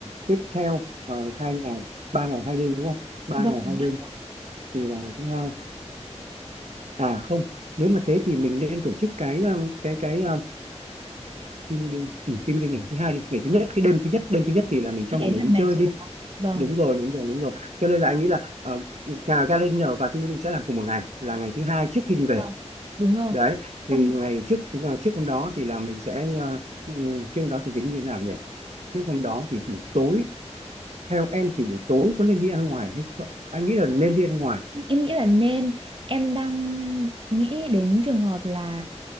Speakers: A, on the right (about 70°); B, on the right (about 45°).
A: tiếp theo uh, hai ngày ba ngày hai đêm đúng không ba
B: Vâng.
A: ngày
B: đúng
A: hai đêm
B: ạ.
A: thì là ngày thứ hai à không nếu mà thế thì mình nên tổ chức cái um, cái cái um, team building ừ, team building ngày thứ hai đi ngày thứ nhất cái đêm thứ nhất đêm thứ nhất thì là mình cho
B: Ý
A: mọi
B: đến
A: người
B: là
A: đi
B: mệt
A: chơi
B: rồi.
A: đi
B: Vâng.
A: đúng rồi đúng rồi đúng rồi cho nên là anh nghĩ là ờ, cả gala dinner và team building sẽ làm cùng một ngày là ngày thứ hai trước khi đi về
B: Vâng, Đúng rồi.
A: đấy thì
B: Xong
A: ngày trước ờ, trước hôm đó thì là mình sẽ uh, trước hôm đó thì tính như thế nào nhỉ trước hôm đó thì buổi tối Theo em thì buổi tối có nên đi ăn ngoài hay không? Anh nghĩ là nên đi ăn ngoài.
B: em nghĩ là nên em đang nghĩ đến trường hợp là